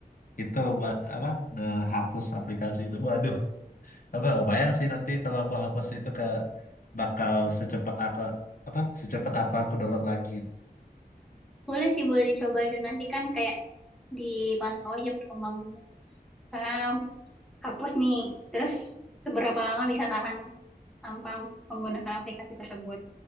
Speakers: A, on the left (about 55°); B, in the centre.
A: itu buat apa ngehapus aplikasi itu. Waduh, aku nggak bayang sih nanti kalau aku hapus itu ke bakal secepat aku apa secepat apa aku download lagi gitu.
B: Boleh sih boleh dicoba itu nanti kan kayak dipantau aja perkembangannya. Karena hapus nih, terus seberapa lama bisa tahan tanpa menggunakan aplikasi tersebut.